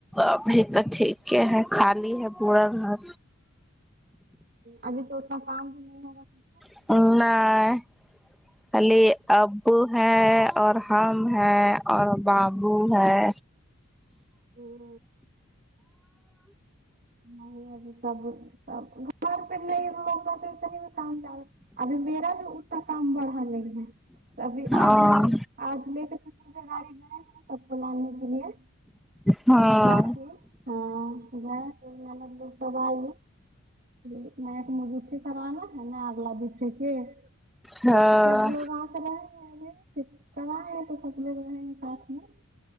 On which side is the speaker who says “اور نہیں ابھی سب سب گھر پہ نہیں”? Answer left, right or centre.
Right